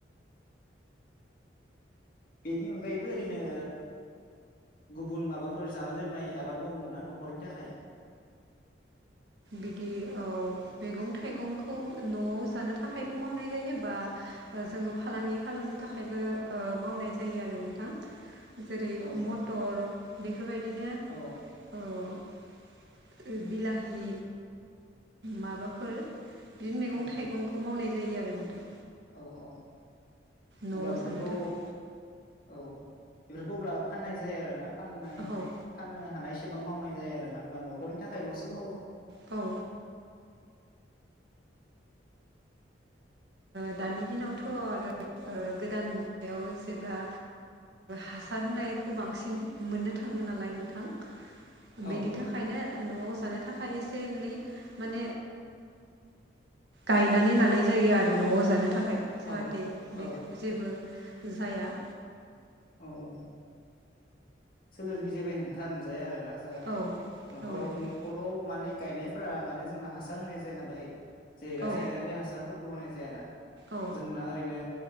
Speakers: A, on the left; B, on the right.
A: बेनि अनगायैबो ओरैनो गुबुन माबाफोर जानाय लोंनाय आबाद मावबाव ना न'खरनि थाखाय
B: बिदि औ मैगं थाइगंखौ न'आव जानो थाखायबो मावनाय जायो बा जोङो फालांगि खालामनो थाखायबो मावनाय जायो आरो नोंथां
A: <inaudible>
B: जेरै
A: औ
B: मटर
A: औ
B: बेफोरबायदिनो
A: औ
B: अ बिलााहि माबाफोर बिदिनो मैगं
A: औ
B: थाइगंखौ मावनाय जायो आरो नोंथां
A: औ औ
B: न'आव
A: होनब्ला बेफोरखौ
B: जानो थाखाय
A: औ बेफोरखौ अब्ला फाननाय जायो आरोोना फाननाय
B: औ
A: फाननो हानाय एसेबां मावनाय जायो आर ना होमबा न'खरनि थाखायल'सो मावो
B: औ दानि दिनावथ' आरो गोदान मुगायाव जेबब्ला हासार होनायखौ बांसिन मोननो थाङो नालाय नोंथां
A: औ
B: बेनि
A: औ
B: थाखायनो न'आव जानो थाखाय एसेन मान गायनानै ल थानायानाय जायो आरो न'आव जानो थाखाय जाहाथे
A: औ
B: बे
A: औ
B: जेबो जाया
A: औ औ सोलेरनि जेबो हेंथा नजाया आरो ना जाहाथे
B: औ
A: न'खाव
B: औ नोंथां
A: न'खराव माने गायनाय फोर माने जोंना हासार होनाय जाया नालाय जेरै रासायनारि
B: औ
A: हासारफोरखौ होनाय जायाना
B: औ
A: जोंना ओरैनो